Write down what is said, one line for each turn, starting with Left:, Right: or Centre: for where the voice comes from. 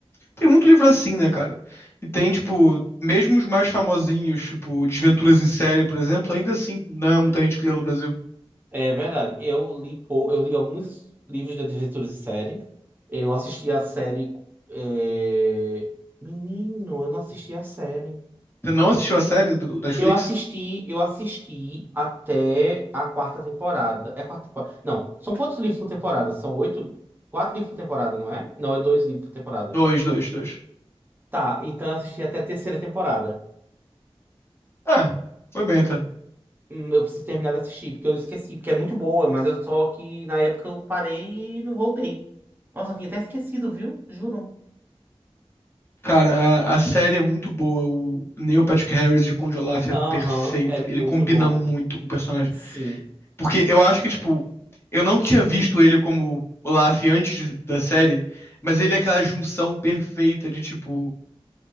Left: Tem muito livro assim, né, cara? E tem, tipo, mesmo os mais famosinhos, tipo, Desventuras em Série, por exemplo, ainda assim, não é muita gente que leu no Brasil.
Right: É verdade. Eu li, pou- eu li alguns livros de aventuras em Série. Eu assisti a série. é, Menino, eu não assisti a série.
Left: Você não assistiu a série do, da Netflix?
Right: Eu assisti, eu assisti até a quarta temporada. É a quarta temporada. Não, são quantos livros por temporada? São oito. Quatro livros por temporada, não é? Não, é dois livros por temporada.
Left: Dois, dois, dois.
Right: Tá, então eu assisti até a terceira temporada.
Left: Ah, foi bem até.
Right: Hum, Eu preciso terminar de assistir, porque eu esqueci, porque é muito boa, mas eu só que na época eu parei e não voltei. Nossa, eu tinha até esquecido, viu? Juro.
Left: Cara, a, a série é muito boa. O Neil Patrick Harris de Conde Olaf é
Right: Aham,
Left: perfeito.
Right: é muito
Left: Ele combina
Right: bom.
Left: muito com o personagem.
Right: Sim.
Left: Porque eu acho que, tipo, eu não tinha visto ele como Olaf antes de- da série, mas ele é aquela junção perfeita de, tipo,